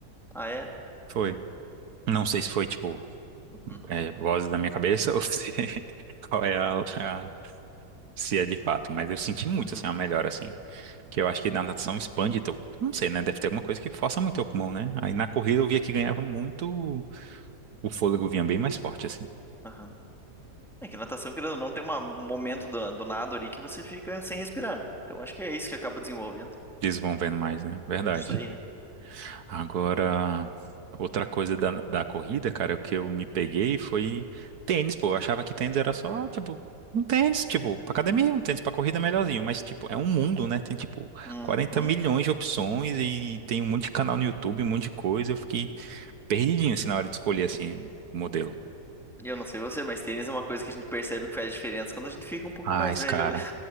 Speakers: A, in the centre; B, on the right (about 70°).
A: Ah, é?
B: Foi. Não sei se foi, tipo,
A: Uhum,
B: é, vozes da minha cabeça ou se, <laughs> qual é a, a- se é de fato, mas eu senti muito,
A: uhum,
B: assim, uma melhora, assim. Que eu acho que na natação expande teu, não sei, né? Deve ter alguma coisa que força muito teu pulmão, né? Aí na corrida eu via que ganhava muito, o fôlego vinha bem mais forte, assim.
A: aham. É que natação, querendo ou não, tem uma- um momento do, do nado ali que você fica sem respirar, né? Então acho que é isso que acaba desenvolvendo.
B: Desenvolvendo mais, né? Verdade.
A: Não sei, né?
B: Agora, outra coisa da, da corrida, cara, o que eu me peguei foi tênis, pô. Eu achava que tênis era só, tipo, um tênis, tipo, pra academia, um tênis pra corrida é melhorzinho. Mas, tipo, é um mundo, né? Tem, tipo,
A: Uhum.
B: 40 milhões de opções e tem um monte de canal no YouTube, um monte de coisa. Eu fiquei perdidinho, assim, na hora de escolher, assim, o modelo.
A: Eu não sei você, mas tênis é uma coisa que a gente percebe que faz diferença quando a gente fica um pouco
B: Mas,
A: mais velho,
B: cara,
A: né?